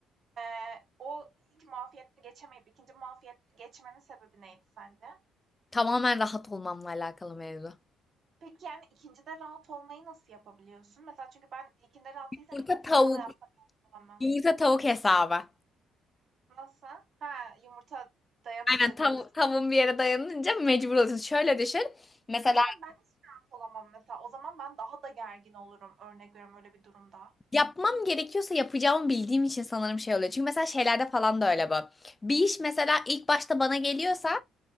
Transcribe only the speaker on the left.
Tamamen rahat olmamla alakalı mevzu.
Yumurta
tavuk.
Yumurta tavuk hesabı.
Aynen tav
tavuğun bir yere dayanınca mecbur oluyorsun. Şöyle düşün. Mesela
Yapmam gerekiyorsa yapacağımı bildiğim için sanırım şey oluyor. Çünkü mesela şeylerde falan da öyle bu. Bir iş mesela ilk başta bana geliyorsa